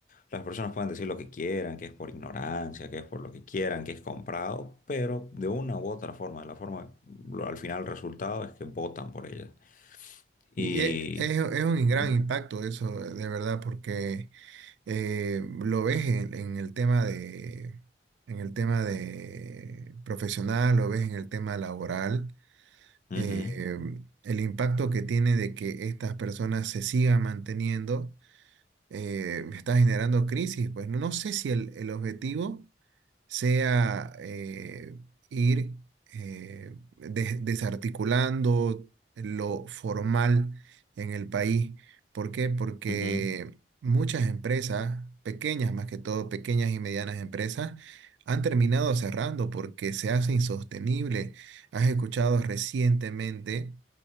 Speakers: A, on the left; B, on the right.
A: las personas pueden decir lo que quieran, que es por ignorancia, que es por lo que quieran, que es comprado, pero de una u otra forma, de la forma, lo- al final el resultado es que votan por ellas.
B: Y
A: Y
B: e- es, es un gran
A: Ujú,
B: impacto eso, de verdad, porque eh, lo ves en, en el tema de, en el tema de profesional, lo ves en el tema laboral,
A: ujú,
B: eh, el impacto que tiene de que estas personas se sigan manteniendo eh, está generando crisis. Pues no, no sé si el el objetivo sea eh, ir eh, des- desarticulando lo formal en el país. ¿Por qué? Porque
A: ujú.
B: muchas empresas, pequeñas más que todo, pequeñas y medianas empresas, han terminado cerrando porque se hace insostenible. Has escuchado recientemente